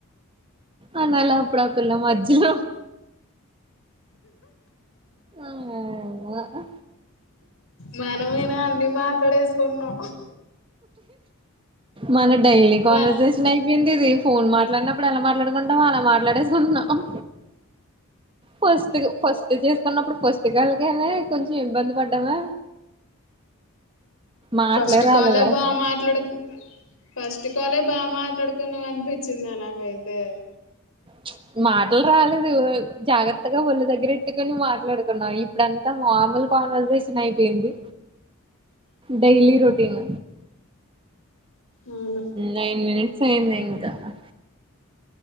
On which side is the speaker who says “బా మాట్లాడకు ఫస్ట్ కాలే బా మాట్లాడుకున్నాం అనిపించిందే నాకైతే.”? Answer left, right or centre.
Left